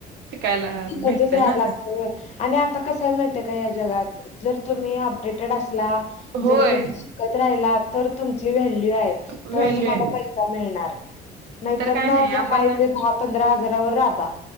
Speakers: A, on the right; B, on the left.
A: शिकायला
B: तिकतच
A: भेटते
B: राहायला
A: ना आता
B: लागतोय आणि आता कसय माहिय का या जगात जर तुम्ही अपडेटेड असला
A: होय
B: जर तुम्ही त राहिला तर तुमची व्हॅल्यू आहे
A: व्हॅल्यू
B: तर तुम्हाला
A: आहे
B: पैसा मिळणार नाहीतर
A: काय नाही
B: मग
A: आपण
B: हाय दहा पंधरा हजारावर राबा